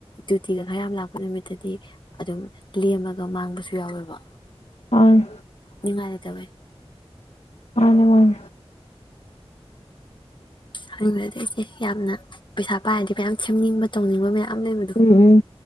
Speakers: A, on the left; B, on the left.
A: ꯗ꯭ꯌꯨꯇꯤꯒ ꯈꯔ ꯌꯥꯝ ꯂꯥꯛꯄ ꯅꯨꯃꯤꯠꯇꯗꯤ ꯑꯗꯨꯝ ꯂꯦꯝꯃꯒ ꯃꯥꯡꯕꯁꯨ ꯌꯥꯎꯋꯦꯕ
B: ꯃꯥꯅꯦ
A: <unintelligible> ꯇꯃꯦ
B: ꯃꯥꯅꯦ ꯃꯥꯅꯦ
A: ꯍꯥꯏꯅꯤꯡꯕꯗꯤ <unintelligible> ꯌꯥꯝꯅ ꯄꯩꯁꯥ ꯄꯥꯏꯔꯗꯤ ꯃꯌꯥꯝ ꯁꯦꯝꯅꯤꯡꯕ ꯇꯧꯅꯤꯡꯕ ꯃꯌꯥꯝ ꯂꯩꯕꯗꯣ
B: ꯎꯝ ꯎꯝ